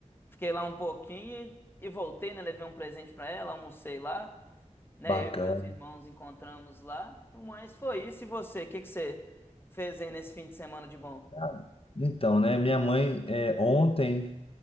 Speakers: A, on the left; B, on the left.
A: Fiquei lá um pouquinho e, e voltei, né? Levei um presente pra ela, almocei lá. Né?
B: Bacana.
A: Eu e meus irmãos encontramos lá. Mas foi isso. E você? O que que você fez aí nesse fim de semana de bom?
B: Ah, Então, né? Minha mãe, é, ontem,